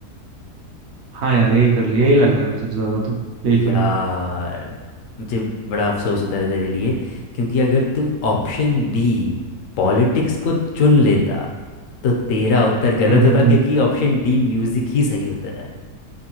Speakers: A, on the right; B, on the left.
A: हाँ यार यही कर ले यही लग रहा है मुझे सबसे ज्यादा तो यही
B: यार
A: कर ले
B: मुझे बड़ा अफसोस होता है तेरे लिए क्योंकि अगर तू ऑप्शन बी पॉलिटिक्स को चुन लेता तो तेरा उत्तर गलत
A: हम्म
B: होता
A: हम्म हम्म
B: क्योंकि ऑप्शन डी म्यूजिक ही सही उत्तर है